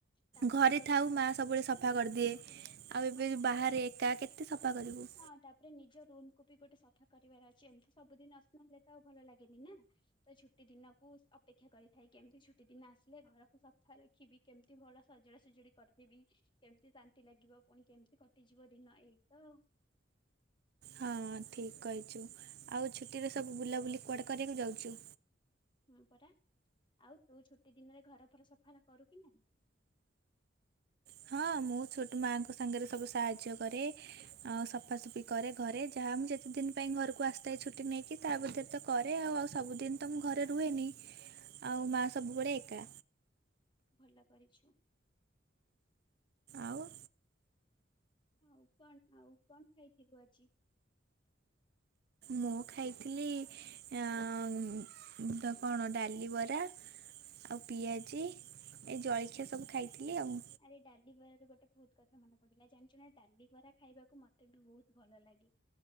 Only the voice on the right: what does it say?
ଘରେ
ଥାଉ
ମା ସବୁବେଳେ ସଫା କରିଦିଏ। ଆଉ ଏବେ
ଯଉ ବାହାରେ ଏକା କେତେ ସଫା କରିବୁ?
ହଁ ଠିକ କହିଛୁ ଆଉ ଛୁଟିରେ ସବୁ ବୁଲାବୁଲି କୁଆଡ଼େ କରିବାକୁ ଯାଉଛୁ?
ହଁ ମୁଁ ଛୋଟ ମାଙ୍କ ସାଙ୍ଗରେ ସବୁ ସାହାଯ୍ୟ କରେ। ଆଉ ସଫାସଫି କରେ ଘରେ ଯାହା ମୁଁ ଯେତେ ଦିନ ପାଇଁ ଘରକୁ ଆସିଥାଏ ଛୁଟି ନେଇକି ତାବରେ ତ କରେ ଆଉ ଆଉ ସବୁଦିନ ତ ମୁଁ ଘରେ ରୁହେନି ଆଉ ମାଆ ସବୁବେଳେ ଏକା।
ଆଉ?
ମୁଁ ଖାଇଥିଲି ଅଁ କଣ ଡାଲି ବରା। ଆଉ ପିଆଜି ଏଇ ଜଳଖିଆ ସବୁ ଖାଇଥିଲି ଆଉ।